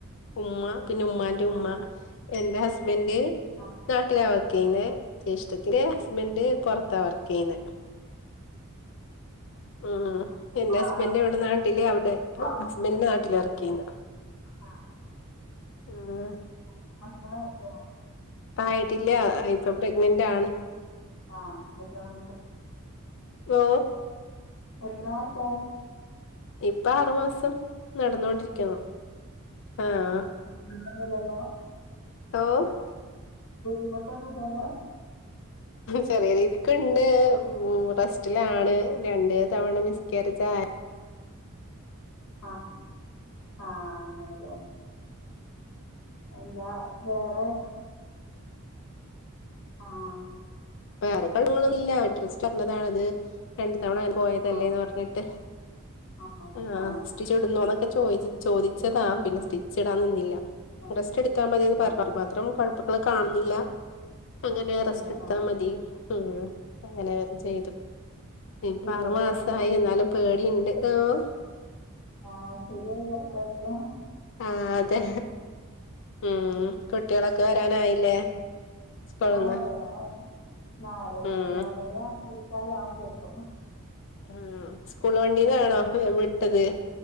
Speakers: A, on the left; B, on the left.
A: ഉമ്മ പിന്നെ ഉമ്മാന്റെ
B: ആ
A: ഉമ്മ എന്റെ ഹസ്ബൻഡ്
B: ആ
A: നാട്ടിലാ വർക്കെയ്യുന്നെ ജേഷ്ഠത്തിന്റെ ഹസ്ബൻഡ്
B: ആ
A: പൊറത്താ വർക്കെയ്യുന്നേ ഉം
B: ആ
A: എന്റെ ഹസ്ബൻഡ്
B: ആള്
A: ഇവടെ നാട്ടില് അവ്ടെ <unintelligible>
B: ആ,
A: ഹസ്ബൻഡിന്റെ നാട്ടിലാ വർക്കെയ്യുന്നേ
B: ആ.
A: ഉം
B: <unintelligible> മക്കള് ഇല്ലേ?
A: പ്പായിട്ടില്ലാ ഇപ്പം പ്രഗ്നന്റാണ്
B: ആഹ് ഇപ്പ എത്ര <unintelligible>
A: വോ
B: എത്രമാസായി
A: ഇപ്പാറുമാസം നടന്നോണ്ടിരിക്കാന്നു ആഹ്
B: <unintelligible> അല്ലല്ലോ
A: ഓഹ്
B: ബുദ്ധിമുട്ടൊന്നുല്ലല്ലോ
A: ചെറിയ രീതിക്ക്ണ്ട് ഉം റസ്റ്റിലാണ് രണ്ട് തവണ മിസ്കേരേജാ
B: ആഹ് ആഹ് അങ്ങനെല്ലേ എന്താ വേറെ ആഹ്
A: വേറെ കൊഴ്പ്പങ്ങളൊന്നില്ല ബെഡ് റെസ്റ്റ് പറ്ഞ്ഞതാണത്. രണ്ട് തവണ അ പോയതല്ലേന്ന്
B: ആ
A: പറഞ്ഞിട്ട്
B: ആ
A: ആഹ്
B: ആ
A: <unintelligible> ഇട്ന്നോന്നൊക്കെ ചോയ്ച്ച് ചോദിച്ചതാ പിന്നെ സ്റ്റിച്ച്ടാൻ നിന്നില്ല
B: ആ
A: റെസ്റ്റെടുത്താ മതിന്ന് പറഞ്ഞത്
B: ആ
A: <unintelligible> മാത്രം കൊഴപ്പങ്ങളെ കാണുന്നില്ല അങ്ങനെ റസ്റ്റെട്
B: ഇല്ല ആ
A: തി ഉം അങ്ങനെ അവരും ചെയ്തു ഇപ്പാറു
B: ശരിയായി
A: മാസായി
B: വരട്ടെ
A: എന്നാലും പേടിണ്ട് ഏഹ്
B: ആഹ് ശരിയായി വെരട്ടൊക്കെ
A: ആ അതെ ഉം കുട്ടികളൊക്കെ വരാനായില്ലേ? സ്കൂളിന്ന്
B: ആഹ വരാനായി നാലെ
A: ഉം
B: നാലര മുക്കാലാആവും ചെലപ്പോ?
A: ഉ സ്കൂൾ വണ്ടീലാണോ വിട്ടത്.